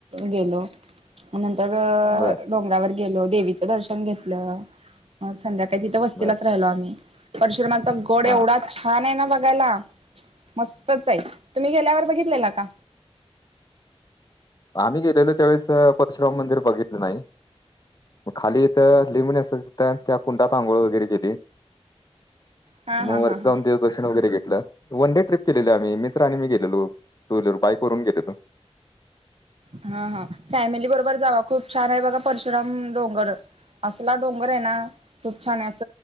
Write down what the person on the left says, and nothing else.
बर
बर
हा
आम्ही गेलेलो त्यावेळेस परशुराम मंदिर बघितलं नाही. मग खाली इथं लिम नेसत्यात तित त्या कुंडात आंघोळ वगैरे केली.
म
वरती
जाऊन देव दर्शन वगैरे घेतलं. वन डे ट्रिप केलेलं आम्ही मित्र आणि मी गेलेलो. टू व्हीलर बाईक वरून गेलेलो.